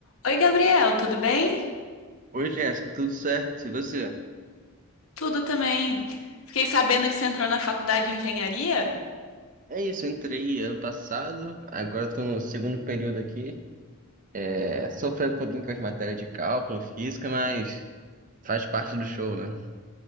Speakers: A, on the left (about 65°); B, on the right (about 35°).
A: Oi, Gabriel, tudo bem?
B: Oi, Jéssica, tudo certo? E você?
A: Tudo também. Fiquei sabendo que você entrou na faculdade de engenharia?
B: É isso, eu entrei ano passado, agora estou no segundo período aqui. É, sofrendo um pouquinho com as matérias de cálculo, física, mas faz parte do show, né?